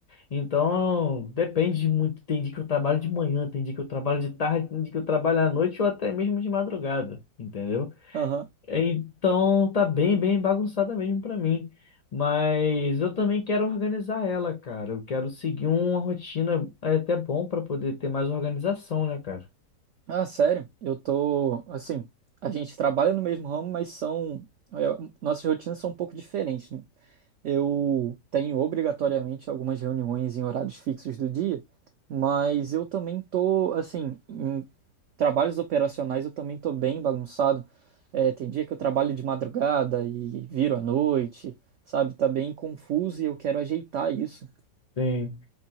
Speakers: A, on the left; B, on the right.
A: Então, depende de muito. Tem dia que eu trabalho de manhã, tem dia que eu trabalho de tarde, tem dia que eu trabalho à noite ou até mesmo de madrugada, entendeu?
B: Aham.
A: Então, tá bem, bem bagunçada mesmo pra mim. Mas eu também quero organizar ela, cara. Eu quero seguir uma rotina é até bom pra poder ter mais organização, né, cara?
B: Ah, sério? Eu tô, assim, a gente trabalha no mesmo ramo, mas são, é, nossas rotinas são um pouco diferentes, né? Eu tenho obrigatoriamente algumas reuniões em horários fixos do dia, mas eu também tô, assim, em trabalhos operacionais eu também tô bem bagunçado. É, tem dia que eu trabalho de madrugada e viro à noite, sabe? Tá bem confuso e eu quero ajeitar isso. O
A: Sim.